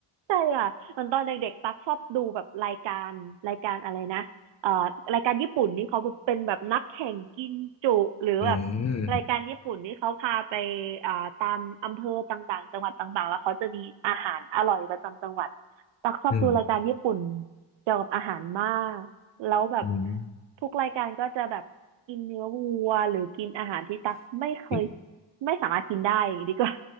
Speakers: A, on the right; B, on the left.
A: ใช่อ่ะเหมันตอนเด็กๆตักชอบดูแบบรายการรายการอะไรนะเอ่อรายการญี่ปุ่นนี่เขาเป็นแบบนักแข่งกินจุหรือแบบ
B: อืม
A: รายการญี่ปุ่นนี่เขาพาไปอ่าตามอำเภอต่างๆจังหวัดต่างๆแล้วเขาจะมีอาหารอร่อยประจำจังหวัดตักชอบดูรายการญี่ปุ่น
B: อืม
A: เกี่ยวกับอาหารมาก แล้วแบบ
B: อืม
A: ทุกรายการก็จะแบบกินเนื้อวัวหรือกินอาหารที่ตักไม่เคย
B: อ
A: ไม่สามารถกินได้ดีกว่า